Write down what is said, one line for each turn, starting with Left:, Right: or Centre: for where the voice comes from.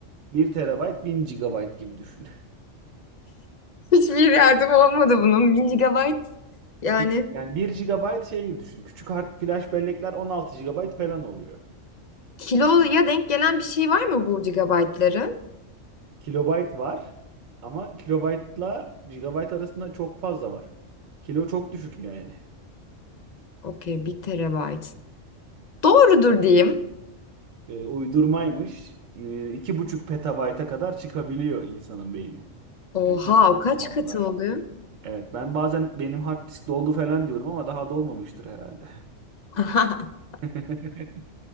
Right: Bir terabayt 1000 gigabayt gibi düşün.
Left: Hiçbir yardım olmadı bunun. Bir gigabayt.
Right: <laughs>
Left: Yani
Right: Bir- Yani bir gigabayt şey gibi düşün. Küçük hard flash bellekler 16 gigabayt falan oluyor.
Left: kiloya denk gelen bir şey var mı bu gigabaytların?
Right: Kilobayt var ama kilobaytla gigabayt arasında çok fazla var. Kilo çok düşük yani.
Left: Okey bir terabayt. Doğrudur diyeyim.
Right: Ee, uydurmaymış. Ee, iki buçuk petabayta kadar çıkabiliyor insanın beyni.
Left: Oha
Right: Yani çok
Left: o kaç
Right: fazla.
Left: katı oluyor?
Right: Evet ben bazen benim hard disk doldu falan diyorum ama daha dolmamıştır herhalde.
Left: <laughs>
Right: <laughs>